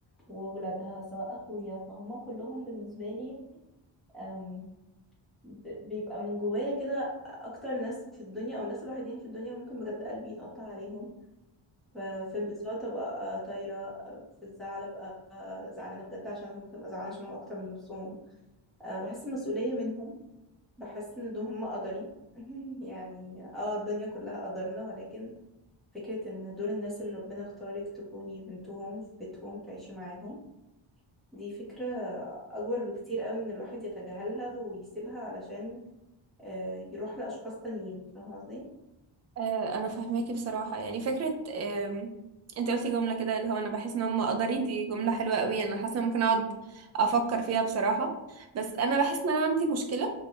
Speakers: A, in the centre; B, on the right.
A: وولادها سواء اخويا فهم كلهم بالنسبه لي آم، ب- بيبقى من جوايا كده اكتر ناس في الدنيا او الناس الوحيدين في الدنيا اللي ممكن بجد قلبي يتقطع عليهم ف- في انبساط ابقى طايره في الزعل ابقى زعلانه بجد عشانهم ممكن ابقى زعلانه عشانهم اكتر من نفسهم أه بحس المسؤولية منهم بحس ان دول هم قدري <laughs> يعني اه الدنيا كلها قدرنا ولكن فكرة ان دول الناس اللي ربنا اختارك تكوني بنتهم في بيتهم تعيشي معاهم دي فكرة اكبر بكتير قوي من الواحد يتجاهلها ويسيبها علشان آه يروح لاشخاص تانيين فاهمة قصدي؟
B: آه، انا فاهماكي بصراحه يعني فكره آم، انت قلتي جمله كده اللي هو انا بحس ان هم قدري دي جمله حلوه قوي انا حاسه إن ممكن اقعد افكر فيها بصراحه بس انا بحس ان انا عندي مشكله